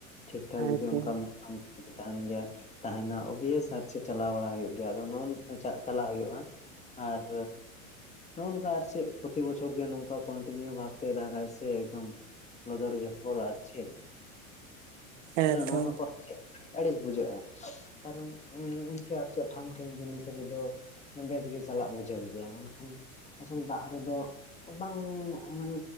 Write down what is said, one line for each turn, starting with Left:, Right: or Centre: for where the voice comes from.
Left: ᱴᱷᱤᱠ ᱴᱷᱟᱠ
Right: ᱦᱮᱸ
Left: ᱡᱚᱫᱤ
Right: ᱛᱚ
Left: ᱚᱱᱠᱟ <unintelligible> ᱛᱟᱦᱮᱱ ᱜᱮᱭᱟ ᱛᱟᱦᱮᱱᱟ ᱳᱵᱤᱭᱮᱥ ᱟᱨ ᱪᱮᱫ ᱪᱟᱞᱟᱣ ᱵᱟᱲᱟ ᱦᱩᱭᱩᱜ ᱜᱮᱭᱟ ᱟᱫᱚ ᱱᱚᱜᱼᱚᱭ ᱱᱚᱝᱠᱟ ᱪᱟᱞᱟᱣ ᱦᱩᱭᱩᱜᱼᱟ᱾ ᱟᱨᱻ ᱱᱚᱜᱼᱚᱭ ᱱᱚᱝᱠᱟ ᱟᱨ ᱪᱮᱫ ᱯᱨᱚᱛᱤ ᱵᱚᱪᱷᱚᱨ ᱜᱮ ᱱᱚᱝᱠᱟ ᱠᱚᱱᱴᱤᱱᱤᱭᱩ ᱵᱷᱟᱵᱛᱮ ᱫᱟᱜᱟᱭ ᱥᱮ ᱮᱠᱫᱚᱢᱼᱼ ᱞᱚᱫᱚᱨ ᱡᱷᱚᱯᱚᱨ ᱟᱨ ᱪᱮᱫ
Right: ᱦᱮᱸᱛᱚ
Left: ᱦᱮᱸ ᱱᱚᱜᱼ ᱱᱟ ᱠᱚ ᱟᱨ ᱪᱮᱫ, ᱟᱹᱰᱤ ᱟᱹᱲᱤᱥ ᱵᱩᱡᱷᱟᱹᱜᱼᱟ ᱠᱟᱨᱚᱱ ᱤᱱᱠᱟᱹ ᱟᱨ ᱪᱮᱫ ᱴᱷᱟᱢ ᱴᱷᱤᱢ ᱡᱤᱱᱤᱥ ᱨᱮᱫᱚᱼᱼ ᱵᱮᱥᱜᱮ ᱪᱟᱞᱟᱜ ᱵᱩᱡᱷᱟᱹᱣ ᱜᱮᱭᱟ ᱢᱮᱱᱠᱷᱟᱱ ᱟᱥᱚᱞ ᱫᱟᱜ ᱨᱮᱫᱚᱼᱼ ᱵᱟᱝ ᱢᱟᱱᱮ